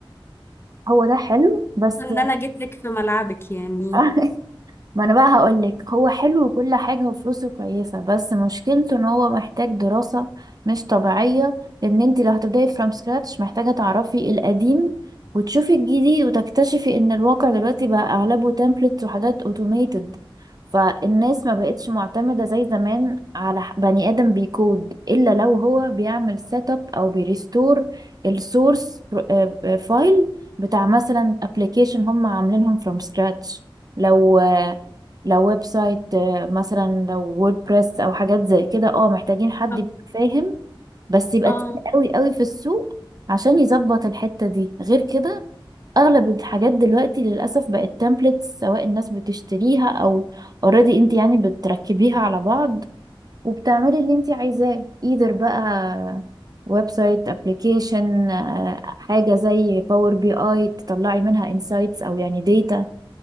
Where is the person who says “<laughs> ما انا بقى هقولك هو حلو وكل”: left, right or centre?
Right